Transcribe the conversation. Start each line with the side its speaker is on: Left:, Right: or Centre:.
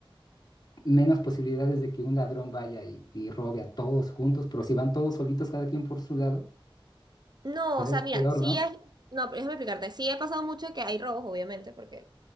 Left: menos posibilidades de que un ladrón vaya y, y robe a todos juntos, pero si van todos solitos, cada quien por su lado,
Right: No,
Left: pues
Right: o
Left: es
Right: sea,
Left: peor,
Right: mira, sí
Left: ¿no?
Right: hay, no, pero déjame explicarte, sí he pasado mucho que hay robos, obviamente, porque